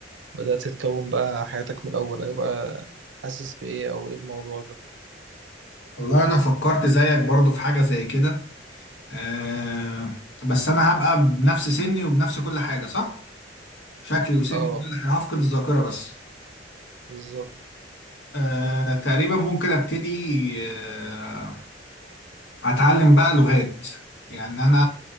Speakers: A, on the right; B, on the left.
A: وبدأت تتكون بقى حياتك من الأول هيبقى حاسس بإيه أو إيه الموضوع ده
B: والله انا فكرت زيك برضو في حاجة زي كده آه بس انا هبقى بنفس سني وبنفس كل حاجة صح؟ شكلي وسني
A: اه
B: كل حاجة هفقد الذاكرة بس
A: بالظبط
B: آه تقريبا ممكن ابتدي آه هتعلم بقى لغات يعني انا